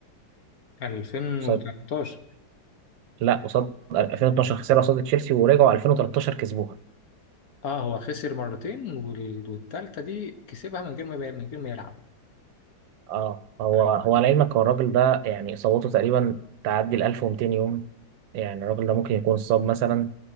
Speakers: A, on the left; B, on the right.
A: 2013
B: قصاد لا قصاد 2012 خسرها قصاد تشيلسي ورجعوا 2013 كسبوها
A: اه هو خسر مرتين وال- والتالتة دي كسبها من غير ما يبقى- من غير ما يلعب
B: اه هو
A: ايوه
B: هو
A: أيوة.
B: لعلمك هو الراجل ده يعني إصابته تقريبا تعدي ال 1200 يوم يعني الراجل ده ممكن يكون صاب مثلا